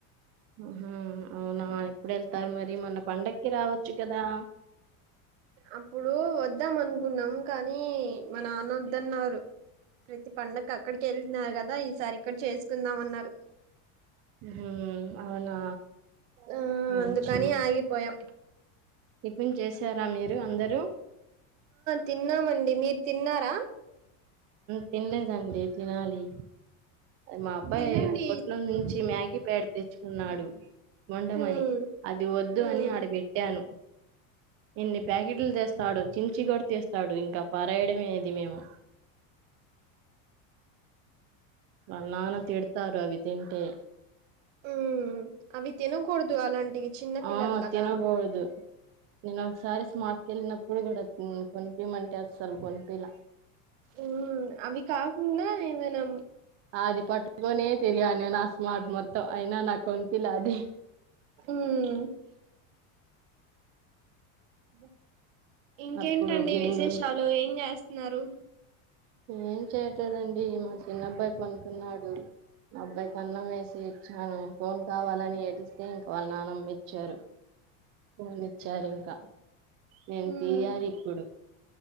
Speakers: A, on the right; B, on the right.
A: హ అవునా ఎప్పుడు వెళ్తారు మరి మొన్న పండక్కి రావచ్చు కదా
B: అప్పుడు వద్దాం అనుకున్నాం కానీ మా నాన్న వద్దన్నారు ప్రతి పండగకి అక్కడికి వెళ్తునారు కదా ఈసారి ఇక్కడ చేసుకుందాం అన్నారు
A: హుహు. అవునా!
B: ఆ
A: మంచిది.
B: అందుకనీ ఆగిపోయా
A: టిఫిన్ చేసారా మీర్ ఇగ అందరు
B: తిన్న మండి మీరు తిన్నారా
A: తినలేదండి తినాలి మా అబ్బాయి
B: తినండి
A: పోట్ల నుంచి మ్యాగీ పెడితే కున్నాడు వండమని
B: ఉమ్
A: అది వద్దూ
B: ఉమ్
A: అని ఆడ పెట్టాను ఎన్ని ప్యాకెట్లు తెస్ స్తడో చించిగాడ్ తెస్ స్తడు ఇంకా పారాయడమే ఇది మేమ్ మా నాన్న తిడతారు అవి తింటే
B: హుమ్ అవి తినకూడదు అలాంట్ చిన్న పిల్లలు
A: ఆ!
B: కదా
A: తినకూడదు. నేను ఒకసారి స్మార్ట్ కెళ్ళినప్పుడు కూడ హుమ్ కొనిపిమంటే అస్సలు కొనిపిలా
B: హుమ్ అవి కాకుండ ఇవ్ మనం
A: ఆది పట్టుకొనే తిరిగా నేనా స్మార్ట్ మొత్తం అయినా నా కొనిపిల అ ది
B: హుమ్ అదే ఇంకేంటండి
A: అప్పుడు బింగ్
B: విశేషాలు ఏం చేస్తున్నారు
A: ఏం చేయట్లేదండి మా చిన్నబ్బాయ్ పనుకున్నాడు మా అబ్బాయ్ కి అన్నం వేస్ తెచ్చాను ఫోన్ కావాలని ఏడిస్తే వాళ్ళ నాన్నం ఇచ్చారు ఫోన్ ఇచ్చారు ఇంకా నేన్
B: మ్మ్
A: తీయారిప్పుడు